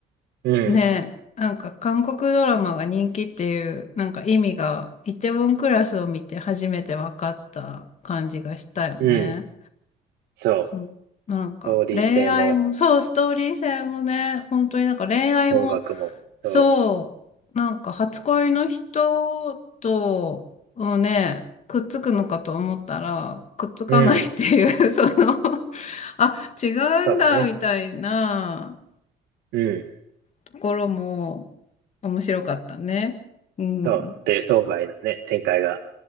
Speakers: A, on the right; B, on the left.
A: う、うん、
B: ね、なんか韓国ドラマが人気っていう、なんか意味がイテウォンクラスを見て初めて分かった感じがしたよね。
A: うん、そう、
B: そのなんか恋愛も、
A: ストーリー性も、
B: そう、ストーリー性もね、本当になんか恋愛も
A: 音楽も、そ
B: そう、なんか初恋の人と、をね、くっつくのかと思ったら、くっつかないっていう、
A: う、うん、
B: <laughs> そのあ、違うんだ、
A: そうだね。
B: みたいな
A: うん、
B: ところも面白かったね。うん。
A: そう、っていう相場へのね、展開が